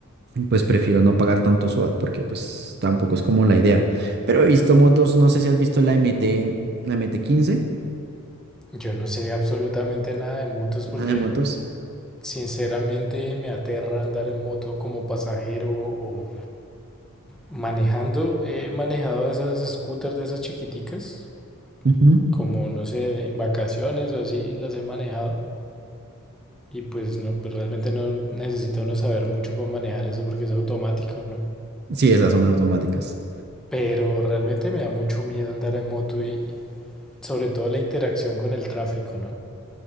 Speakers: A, on the right (about 50°); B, in the centre.
A: pues prefiero no pagar tanto SOAT porque pues tampoco es como la idea. Pero he visto motos, no sé si has visto la MT, la mt quince,
B: Yo no sé absolutamente nada de motos
A: una
B: porque
A: de motos.
B: sinceramente me aterra andar en moto como pasajero o manejando. He manejado esas scooters de esas chiquiticas,
A: Ujú.
B: como no sé, en vacaciones o así las he manejado y pues no, pues, realmente no necesita uno saber mucho para manejar eso porque es automático, ¿no?
A: Sí, esas son automáticas.
B: Pero realmente me da mucho miedo andar en moto y sobre todo la interacción con el tráfico, ¿no?